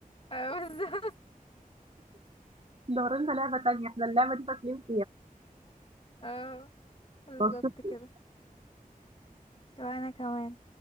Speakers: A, on the left; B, on the right.
A: اه <laughs> بالظبط
B: لو لنا لعبة تانية احنا اللعبة دي فاشلين
A: اه بالظبط
B: فيها
A: كده طب انا كمان